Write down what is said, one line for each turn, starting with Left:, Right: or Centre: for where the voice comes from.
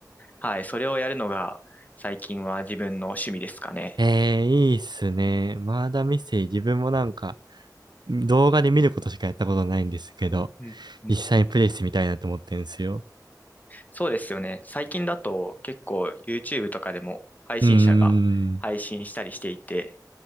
Left: はい、それをやるのが最近は自分の趣味ですかね。
Right: えー、いいっすね。まだミステリー、自分もなんか、動画で見ることしかやったことないんですけど、
Left: うんうん
Right: 実際にプレイしてみたいなと思ってるんですよ。
Left: そうですよね。最近だと結構 YouTube とかでも配信者が配信したりしていて、
Right: うーん。